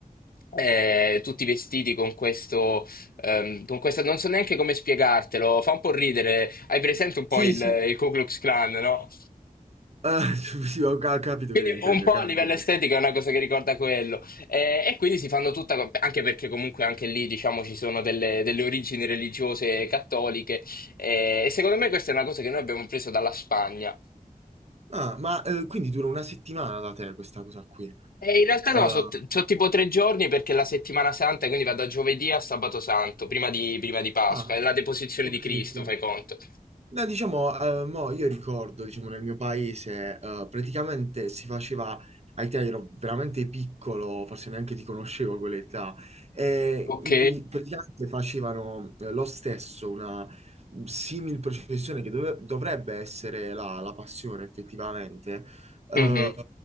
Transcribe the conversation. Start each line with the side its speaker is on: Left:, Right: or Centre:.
Left: eh, tutti vestiti con questo, ehm, con questa, non so neanche come spiegartelo, fa un po' ridere. Hai presente un po'
Right: Sì,
Left: il,
Right: sì,
Left: il Ku Klux Klan, no?
Right: eh, <laughs> sì, ho ca- capito
Left: Quindi
Right: che intendi,
Left: un po'
Right: ho capito.
Left: a livello estetico è una cosa che ricorda quello. Eh, e quindi si fanno tutta, co- anche perché comunque anche lì diciamo ci sono delle, delle origini religiose cattoliche. Eh, e secondo me questa è una cosa che noi abbiamo preso dalla Spagna.
Right: Ah, ma eh, quindi dura una settimana da te questa cosa qui.
Left: E in realtà
Right: Eh,
Left: no, sono tipo tre giorni perché la settimana santa, quindi va da giovedì a sabato santo, prima di, prima di Pasqua,
Right: ah,
Left: è la deposizione
Right: ok,
Left: di Cristo,
Right: ok.
Left: fai conto.
Right: No, diciamo, eh, mo io ricordo, diciamo, nel mio paese, eh, praticamente si faceva, ai te ero veramente piccolo, forse neanche ti conoscevo a quell'età, eh,
Left: Ok?
Right: in cui praticamente facevano eh, lo stesso, una simil processione che dove- dovrebbe essere la, la passione effettivamente, eh,
Left: Mhm,